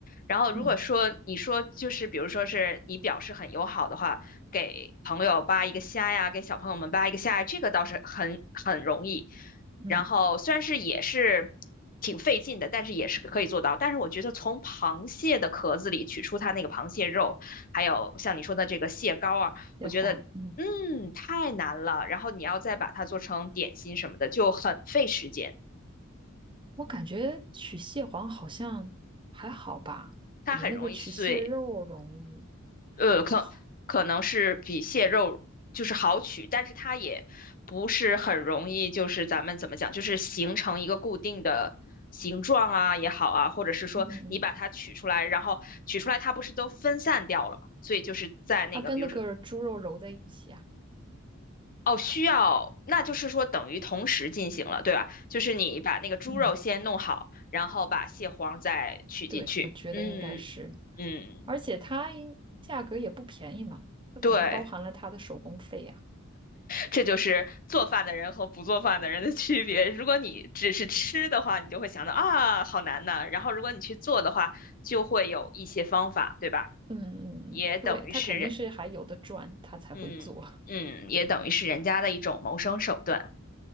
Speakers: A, on the left; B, on the right.
A: 然后如果说你说就是比如说是你表示很友好的话，
B: 嗯
A: 给朋友扒一个虾呀，给小朋友们扒一个虾呀，这个倒是很很容易。
B: 嗯，
A: 然后虽然是也是挺费劲的，但是也是可以做到。但是我觉得从螃蟹的壳子里取出它那个螃蟹肉，还有像你说的这个蟹膏啊，
B: 蟹黄，
A: 我觉得嗯太难了。
B: 嗯。
A: 然后你要再把它做成点心什么的，就很费时间。
B: 我感觉取蟹黄好像还好吧，
A: 它很容易碎，
B: 比那个取蟹肉容易。
A: 呃，可可能是比蟹肉就是好取，
B: 哦，
A: 但是它也不是很容易，就是咱们怎么讲，就是形成一个固定的形状啊也好啊，或者是说你把它取出来，
B: 嗯嗯嗯，
A: 然后取出来它不是都分散掉了嘛，所以就是在那个，
B: 它跟那个猪肉揉在一起啊。
A: 比如说。哦，需要，那就是说等于同时进行了，对吧？就是你把那个猪肉先弄好，
B: 嗯，
A: 然后把蟹黄再取进去。
B: 对，我觉得应该是，
A: 嗯嗯，
B: 而且它应价格也不便宜嘛，
A: 嗯
B: 它肯定包含了它的手工费呀、
A: 对。这就是做饭的人和不做饭的人的区别。如果你只是吃的话，你就会想到啊，好难呐。然后如果你去做的话，就会有一些方法，对吧？
B: 嗯嗯嗯，
A: 也等于是人，
B: 嗯对，它肯定是还有的赚，它才会做。
A: 嗯嗯，
B: <laughs>
A: 也等于是人家的一种谋生手段。